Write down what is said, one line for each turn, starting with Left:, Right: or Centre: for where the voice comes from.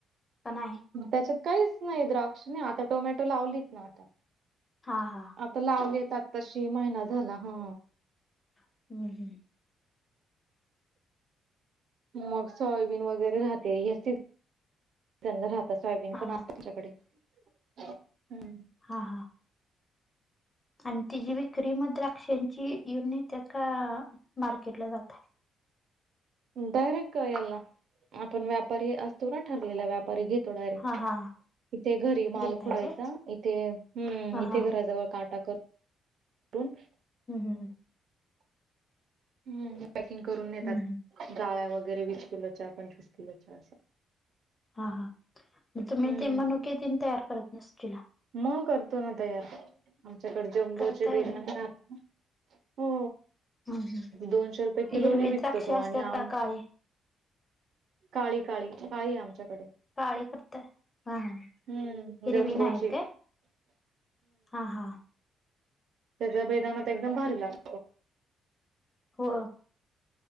Left: का नाही.
Right: त्याच्यात काहीच नाही द्राक्ष नाही आता टोमॅटो लावलीत ना आता
Left: हा हा
Right: आता लावलेेत आातताशी महिना झाला ह
Left: हम्म हम्म
Right: मग सोयाबीन वगैरे राहते येतीत त्यां राहत सोयाबीन
Left: हा
Right: पण तच्याकडे हम्
Left: हा हा आणि तिची विक्री मग द्राक्षांची येऊन नेतात का मार्केटला जातय
Right: डायरेक्ट यायला आपण व्यापारी असतो ना ठरलेला व्यापारी घेत तो डायरेक्ट-
Left: हा हा
Right: इथे घरी माल
Left: घेताय
Right: कुडायचा
Left: काय
Right: इथे हम्म
Left: हा
Right: इथे
Left: हा
Right: घराजवळ काटा म्हणून
Left: हम् हम
Right: ह पॅकिंग करून नेतात
Left: हम्म.
Right: गाळ्या वगैरे वीस किलोच्या पंचवीस किलोच्या अस
Left: हा हा तुम्ही
Right: हम्म
Left: ते मनुके तन तयार करत नसतिला
Right: मग करतो ना तयार आमच्याकडे जंबूचे
Left: करताय
Right: बेदाणे
Left: व्हय
Right: राहात हो
Left: हम्म हम्म.
Right: दोनशे रुपये
Left: हिरवी
Right: किलो विकतो
Left: द्राक्षे
Right: तो
Left: असतात
Right: आणि आम
Left: का काळी
Right: काळी काळी काळी आमच्याकडे
Left: काळी करतय हा
Right: हम्म
Left: हिरवी
Right: जम्बोची
Left: ना काय? हा हा
Right: त्याच्या बेदानात तर एकदम भारी लागतो
Left: हो